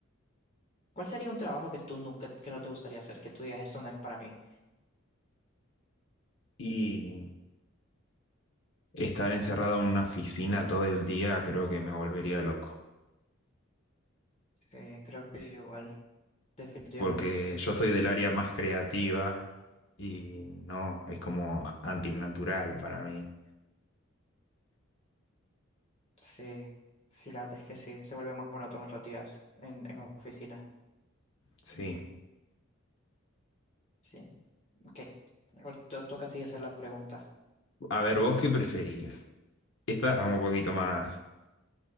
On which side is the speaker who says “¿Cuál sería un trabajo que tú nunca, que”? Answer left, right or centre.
Left